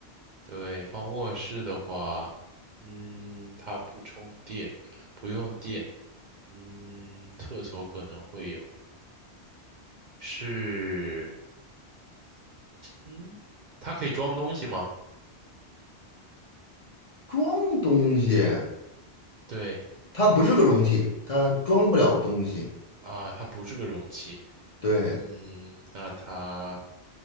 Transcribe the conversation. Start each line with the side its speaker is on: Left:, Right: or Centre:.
Right: 对，放卧室的话，嗯，它不充电，不用电。嗯，厕所可能会有。是，嗯，它可以装东西吗？
Left: 装东西，
Right: 对，
Left: 它不是个容器，它装不了东西。
Right: 啊，它不是个容器。
Left: 对
Right: 嗯，那它